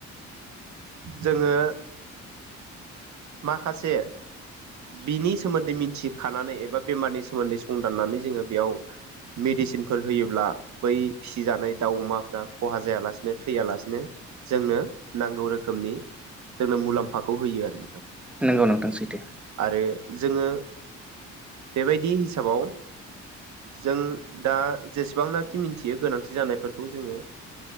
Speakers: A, on the right; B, in the centre.
A: जोङो माखासे बिनि सोमोन्दै मिथिखानानै एबा बेमारनि सोमोन्दै संदाननानै जोङो बेयाव मेडिसिनफोर होयोब्ला बै फिसिजानाय दाउ अमाफ्रा खहा जायालासिनो थैयालासिनो जोंनो नांगौ रोखोमनि जोंनो मुलाम्फाखौ होयो आरो नोंथां
B: नोंगौ नोंथां सैथो।
A: आरो जोङो बेबायदि हिसाबाव जों दा जेसेबांनाखि मिथियो गोनांथि जानायफोरखौ जोङो